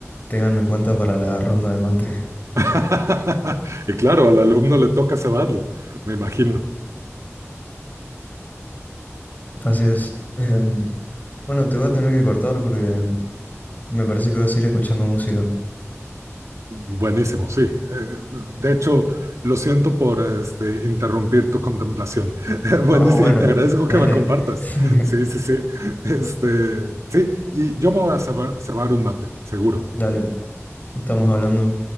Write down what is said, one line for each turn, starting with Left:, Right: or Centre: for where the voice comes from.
Left: ténganme en cuenta para la ronda de mate.
Right: <laughs> Y claro, al alumno le toca cebarlo, me imagino.
Left: <laughs> Así es. Em, Bueno, te voy a tener que cortar porque me parece que vas a ir escuchando música. <laughs>
Right: Buenísimo, sí. Eh, De hecho, lo siento por este, interrumpir tu contemplación. <laughs> Buenísimo,
Left: Ah, bueno,
Right: y te agradezco
Left: dale.
Right: que me compartas.
Left: <laughs>
Right: Sí, sí, sí. Este, sí, y yo me voy a cebar, cebar un mate, seguro.
Left: Dale, estamos hablando.